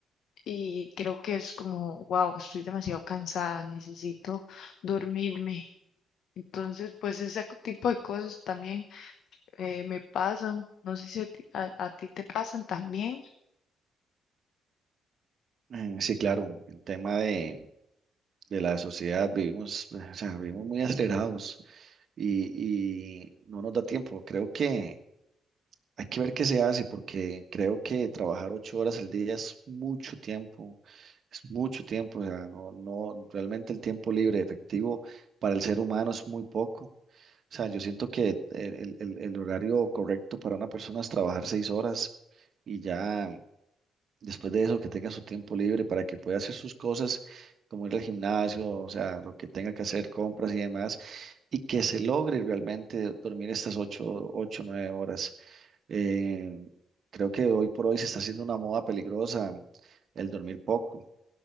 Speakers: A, on the left; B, on the right.
A: y creo que es como, wow, estoy demasiado cansada, necesito dormirme. Entonces, pues ese co- tipo de cosas también eh, me pasan. No sé si a ti, a- a ti te pasan también.
B: Eh, sí, claro, el tema de, de la sociedad, vivimos, o sea, vivimos muy <laughs> acelerados y, y no nos da tiempo. Creo que Hay que ver qué se hace porque creo que trabajar ocho horas al día es mucho tiempo, es mucho tiempo, o sea, no, no, realmente el tiempo libre efectivo para el ser humano es muy poco. O sea, yo siento que el, el- el horario correcto para una persona es trabajar seis horas y ya después de eso que tenga su tiempo libre para que pueda hacer sus cosas, como ir al gimnasio, o sea, lo que tenga que hacer, compras y demás, y que se logre realmente dormir estas ocho, ocho, nueve horas. Eh, creo que hoy por hoy se está haciendo una moda peligrosa el dormir poco.